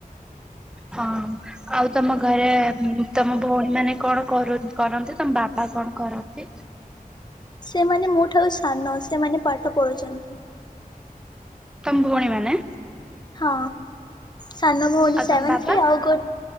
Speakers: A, in the centre; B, on the left (about 30°).
A: ହଁ ଆଉ ତମ ଘରେ ତମ ଭଉଣୀ ମାନେ କଣ କର କରନ୍ତି ତମ ବାବା କଣ କରନ୍ତି?
B: ସେମାନେ ମୋ ଠାରୁ ସାନ ସେମାନେ ପାଠ ପଢୁଛନ୍ତି।
A: ତମ ଭଉଣୀ ମାନେ
B: ହଁ ସାନ ଭଉଣୀ
A: ଆଉ
B: ସେଭେନ
A: ତମ ବାବା
B: ଥ୍ରୀ ଆଉ ଗୋ